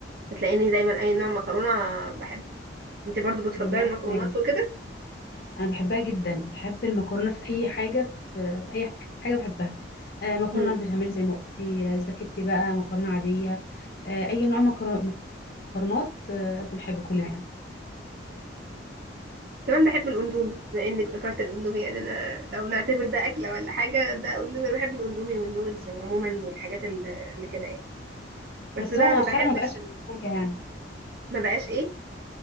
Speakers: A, on the right; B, on the left.
A: هتلاقيني دايما اي نوع مكرونه بحبه انت برضو بتفضلي
B: مم، وأنا
A: المكرونات
B: كمان
A: وكده
B: أنا بحبها جدا بحب المكرونة في أي حاجة في, في أي حاجة بحبها آه، مكرونة
A: امم
B: بشاميل زي ما قلتي آه، سباكيتي بقى مكرونة عادية آه، اي نوع مكرونه مكرونات آه، بنحبه كلنا يعني
A: كمان بحب الاندومي بما انك ذكرت الاندومي يعني انا لو نعتبر ده اكله ولا حاجه ده اندومي بحب الاندومي والنودلز عموما والحاجات ال- اللي كده يعني بس
B: بس
A: بقى
B: هو مؤخرا
A: ما بحبش
B: ما بقاش احسن
A: ال-
B: حاجه يعني
A: ما بقاش ايه